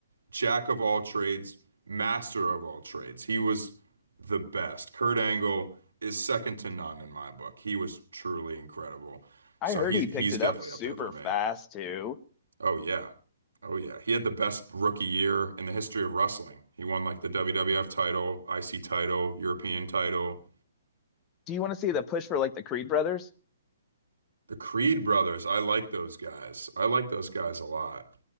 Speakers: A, on the right (about 85°); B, on the left (about 25°).
A: jack of all trades, master of all trades. He was the best. Kurt Angle is second to none in my book. He was truly incredible.
B: I
A: So
B: heard
A: he's
B: he picked
A: he's
B: it
A: definitely
B: up super
A: up there for me.
B: fast too.
A: Oh yeah. Oh yeah. He had the best rookie year in the history of wrestling. He won like the WWF title, IC title, European title.
B: Do you want to see the push for like the Creed brothers?
A: The Creed brothers, I like those guys. I like those guys a lot.